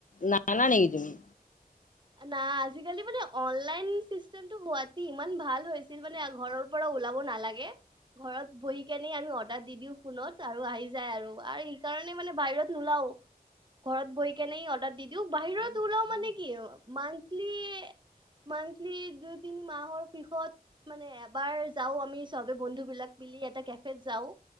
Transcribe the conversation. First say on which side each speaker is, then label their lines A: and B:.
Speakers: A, on the left (about 55°); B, on the right (about 30°).
A: নানা নেকি তুমি?
B: না আজিকালি মানে অনলাইন চিষ্টেম টো গুৱাহাটী ইমান ভাল হৈছিল মানে ঘৰৰ পৰা ওলাব নালাগে ঘৰত বহি কেনে আমি অৰ্ডাৰ দি দিও ফোনত। আৰু আহি যায় আৰু আৰু সেইকাৰণে মানে বাহিৰত নোলাওঁ ঘৰত বহি কেনে অৰ্ডাৰ দি দিওঁ বাহিৰত ওলাও মানে কি অ মান্ঠলি মান্থলি দুই তিনি মাহৰ পিছত মানে এবাৰ যাওঁ আমি চবে বন্ধু বিলাক এ কেফেত যাওঁ